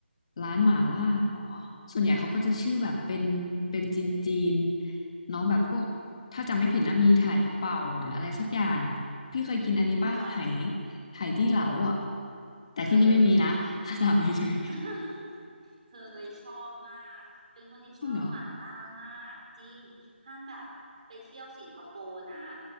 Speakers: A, on the left; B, on the right.
A: ร้านหม่าล่าเหรอ ส่วนใหญ่เขาก็จะชื่อแบบเป็นเป็นจีนจีน
B: อืม
A: เนาะแบบพวกถ้าจำไม่ผิดนะมีไถเป่าหรืออะไรสักอย่างอ่ะพี่เคยกินอันนี้ป่ะไห
B: อร่อยไหม
A: ไหจี้เหลาอ่ะแต่ที่นี่ไม่มีนะ
B: เคย
A: <laughs> ถ้าถามเฉย
B: <laughs> เคยชอบมาก เป็นคนที่ชอบหม่าล่ามากจริงขั้นแบบไปเที่ยวสิงคโปร์นะ
A: ๆ <laughs> จริงเหรอ